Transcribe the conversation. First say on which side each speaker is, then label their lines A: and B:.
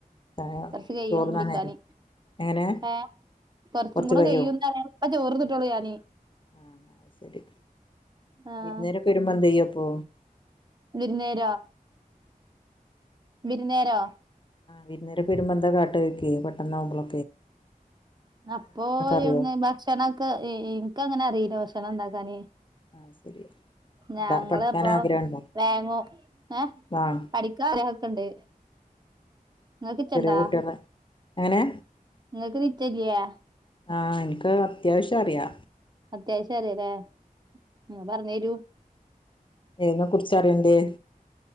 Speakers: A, on the left; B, on the right.
A: ചായ
B: കൊറ്ച്ചക്കയ്യും
A: ചോറുണ്ണാൻ
B: കുടിക്കാന്
A: നേരം എങ്ങനെ
B: ഏഹ് കൊറ്ച്ചും
A: കൊറച്ച്
B: കൂടെ
A: കഴിയോ
B: കയ്യുന്നറിയാന് ഇപ്പ ചോർന്ന്ട്ടോള്ളു
A: ആഹ്
B: ഞാന്
A: ആഹ് അഹ് ശരി
B: ആഹ്
A: വിര്ന്നേരൊക്കെ വരുമ്പോ എന്തെയ്യു അപ്പോ
B: വിര്ന്നേരോ വിര്ന്നേരോ
A: വിര്ന്നേരൊക്കെ വെരുമ്പം എന്താ കാട്ടാ ചോയ്ക്കെ പെട്ടന്നാവുമ്പളൊ
B: ന്നപ്പൊ
A: അറിയോ
B: എവ്ട്ന്നെ ഭ ക്ഷണൊക്കെ ഇ ഇ ഇന്ക്കങ്ങനെ അറിയിലാ ഭക്ഷണണ്ടാക്കാന്
A: ആഹ് ശരി
B: ഞങ്ങളെപ്പൊ
A: എന്താ പഠിക്കാൻ ആഗ്രഹണ്ടോ
B: വേങ്ങും ഏഹ്
A: ആഹ്
B: പഠിക്കാഗ്രഹക്കെണ്ട് ഇങ്ങക്ക്ച്ചണ്ടോ
A: ചെറിയ കുട്ടികളെ എങ്ങനെ
B: ഇങ്ങക്ക് നിച്ചല്ല്യേ
A: ആഹ് ഇന്ക്കഹ് അത്യാവശ്യ അറിയാ
B: അത്യാവശ്യം അറിയല്ലേ ഉം പറ്ഞ്ഞേരു
A: എയിനെ കുറ്ച്ചാ അറിയണ്ട്യേ